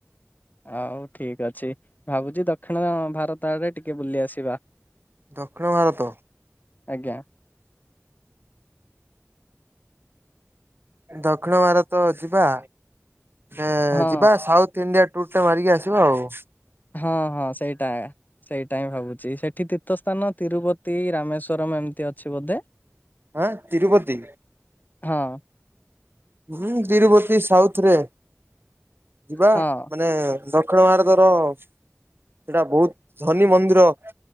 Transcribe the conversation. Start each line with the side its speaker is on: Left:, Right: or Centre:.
Left: ଆଉ ଠିକ ଅଛି ଭାବୁଛି ଦକ୍ଷିଣ ଭାରତ ଆଡେ ଟିକେ ବୁଲି ଆସିବା।
Right: ଦକ୍ଷିଣ ଭାରତ।
Left: ଆଜ୍ଞା।
Right: ଦକ୍ଷିଣ ଭାରତ ଯିବା ଯେ
Left: ହଁ
Right: ଯିବା ସାଉଥ୍ ଇଡିଆ ଟୁୁର୍ ଟା ମାରିକି ଆସିବା ଆଉ।
Left: ହଁ ହଁ ସେଇଟା। ସେଇଟା ହିଁ ଭାବୁଛି ସେଠି ତୀର୍ଥ ସ୍ଥାନ ତିରୁପତି ରାମେଶ୍ଵରମ ଏମିତି ଅଛି ବୋଧେ।
Right: ହଁ ତିରୁପତି।
Left: ହଁ।
Right: ହୁଁ ତିରୁପତି ସାଉଥରେ ଯିବା
Left: ହଁ
Right: ମାନେ ଦକ୍ଷିଣ ଭାରତର ସେଇଟା ବହୁତ ଧନୀ ମନ୍ଦିର।